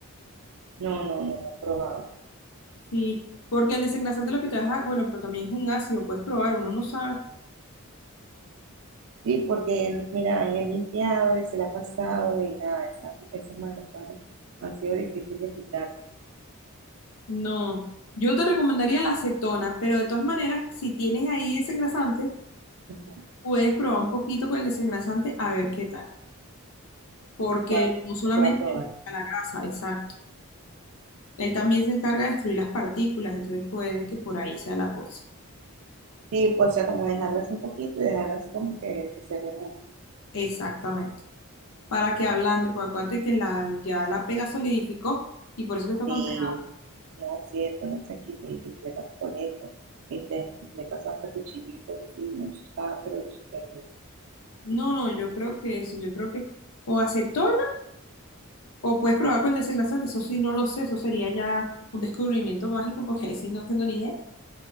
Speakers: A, on the right; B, on the left.
A: No, no, no, no he probado.
B: Sí, porque el desengrasante lo que te deja, bueno, pero también es un ácido, puedes probar, uno no sabe.
A: Sí, porque mira, he limpiado y se la ha pasado y nada, esa- esos manchones han sido difíciles de quitar.
B: No, yo te recomendaría la acetona, pero de todas maneras, si tienes ahí desengrasante,
A: Ujú,
B: puedes probar un poquito con el desengrasante a ver qué tal, porque
A: Voy a,
B: no solamente
A: voy a probar.
B: él quita la grasa, exacto, él también se encarga de destruir las partículas, entonces puede que por ahí sea la cosa.
A: Sí, pues, o sea, como dejarlo así un poquito y dejarlo así como que, que se remueva.
B: Exactamente, para que ablande, pues acuérdate que la, ya la pega solidificó y por eso que está
A: Sí,
B: tan pegada.
A: no, sí, eso no se quita y le paso coleta, este, le paso hasta cuchillito así no está, pero súper bien.
B: No, no, yo creo que eso, yo creo que o acetona. O puedes probar con el desengrasante, eso sí, no lo sé, eso sería ya un descubrimiento mágico <laughs> porque ahí sí no tengo ni idea.